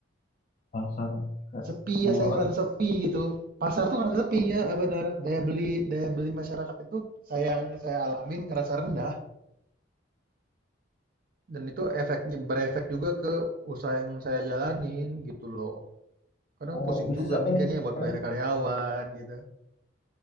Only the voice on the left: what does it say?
pasar kayak
mall
atau
Oh
bisnis
apa
nih
sekarang?